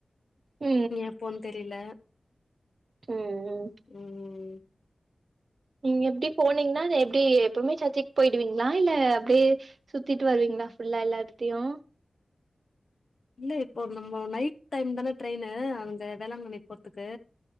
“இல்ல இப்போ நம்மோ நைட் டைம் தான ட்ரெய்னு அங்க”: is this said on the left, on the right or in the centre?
Left